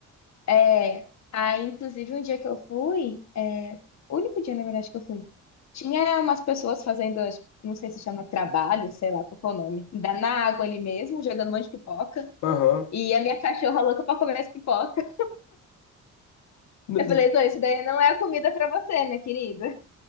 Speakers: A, on the left; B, on the left.
A: É. Aí, inclusive, um dia que eu fui, é, o único dia, na verdade, que eu fui, tinha umas pessoas fazendo, acho- não sei se chama trabalho, sei lá qual que é o nome, da- na água ali mesmo, jogando um monte de pipoca.
B: Aham.
A: E a minha <laughs> cachorra louca pra comer as pipocas.
B: N-
A: Eu falei,
B: n-
A: então, isso daí não é a comida pra você, minha querida.